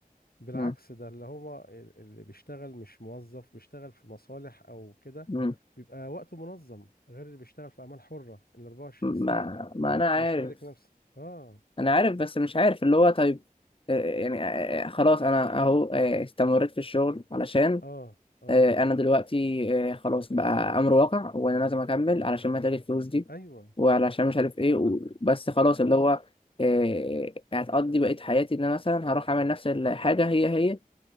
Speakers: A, on the left (about 80°); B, on the left (about 35°).
A: بالعكس
B: مم.
A: ده اللي هو ال- اللي بيشتغل مش موظف بيشتغل في مصالح او كده
B: مم.
A: بيبقى وقته منظم غير اللي بيشتغل في اعمال حرة ال 24
B: ما
A: ساعة
B: ما انا عارف
A: مش مالك نفسه اه
B: انا عارف بس مش عارف اللي هو طيب آه، يعني آه، آه، خلاص انا اهو آه، استمريت في الشغل علشان
A: اه اه
B: آه،
A: اه
B: انا دلوقتي آه، خلاص بقى امر واقع وانا لازم اكمل علشان محتاج الفلوس دي
A: ايوه
B: وعلشان مش عارف ايه و- بس خلاص
A: اه
B: اللي هو آه، هتقضي بقية حياتي ان انا مثلا هروح اعمل نفس الحاجة هي هي